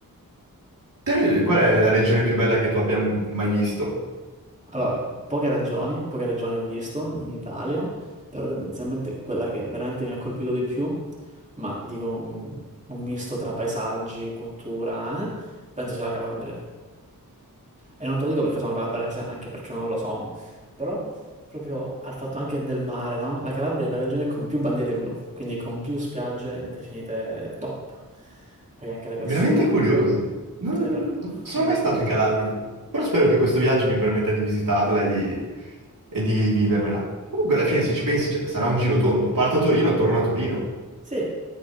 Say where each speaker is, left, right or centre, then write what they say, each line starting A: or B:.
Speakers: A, on the right; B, on the right.
A: Te, qual è la regione più bella che tu abbia mai visto?
B: Allora, poche ragioni, poche ragioni ho visto in Italia, però tendenzialmente quella che veramente mi ha colpito di più, ma dico un, un misto tra paesaggi, cultura, eh, penso sia la Calabria. E non te lo dico perché sono calabrese, anche perché non lo sono, però proprio al fatto anche del mare, no? La Calabria è la regione con più bandiere blu, quindi con più spiagge definite top. Poi anche le
A: Veramente
B: persone,
A: curioso. Non
B: le per-
A: non sono
B: sono
A: mai
B: sono
A: stato
B: il
A: in
B: top.
A: Calabria, però spero che questo viaggio mi permetta di visitarla e di, e di vivermela. Comunque, alla fine, se ci pensi, cioè, sarà un giro tondo. Parto a Torino, torno a Torino.
B: Sì,